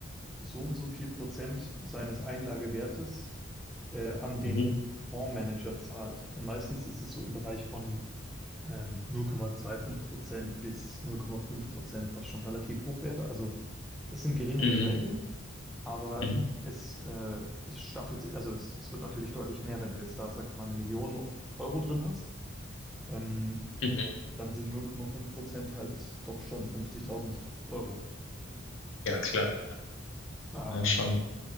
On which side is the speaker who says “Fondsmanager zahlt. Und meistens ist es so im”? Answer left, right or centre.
Centre